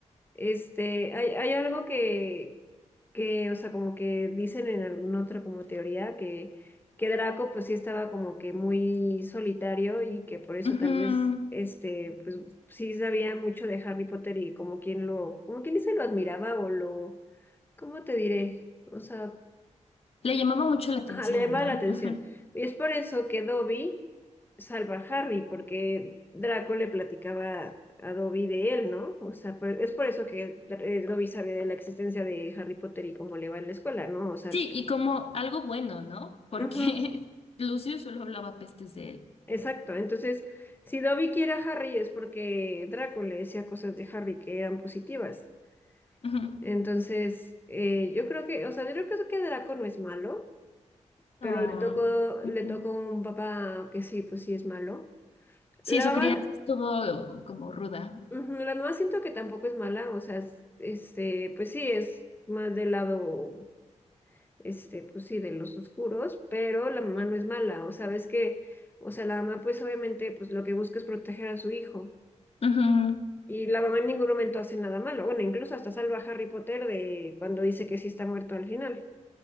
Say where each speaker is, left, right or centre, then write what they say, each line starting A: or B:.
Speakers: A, on the left (about 15°); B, on the left (about 50°).
A: Este, hay, hay algo que, que, o sea, como que dicen en alguna otra como teoría que, que Draco pues sí estaba como que muy solitario y que por eso
B: Ujú.
A: tal vez, este, pues sí sabía mucho de Harry Potter y como quien lo, como quien dice lo admiraba o lo, ¿cómo te diré? O sea,
B: Le llamaba mucho la atención,
A: Ajá, le llamaba
B: ¿no?
A: la atención.
B: Ujú.
A: Y es por eso que Dobby salva a Harry, porque Draco le platicaba a Dobby de él, ¿no? O sea, por- es por eso que eh, Dobby sabía de la existencia de Harry Potter y cómo le va en la escuela, ¿no? O sea,
B: Sí, y como algo bueno, ¿no? Porque
A: ujú,
B: <laughs> Lucio solo hablaba pestes de él.
A: exacto. Entonces, si Dobby quiere a Harry es porque Draco le decía cosas de Harry que eran positivas.
B: Ujú.
A: Entonces, eh, yo creo que, o sea, yo creo que eso que Draco no es malo,
B: No.
A: pero le tocó,
B: Ujú.
A: le tocó un papá que sí, pues sí es malo.
B: Sí,
A: La
B: su crianza
A: mamá,
B: estuvo como ruda.
A: ujú, la mamá siento que tampoco es mala, o sea, es- este, pues sí, es más del lado, este, pues sí, de los oscuros, pero la mamá
B: Ujú.
A: no es mala, o sea, ves que, o sea, la mamá pues obviamente pues lo que busca es proteger a su hijo.
B: Ujú.
A: Y la mamá en ningún momento hace nada malo, bueno, incluso hasta salva a Harry Potter de cuando dice que sí está muerto al final.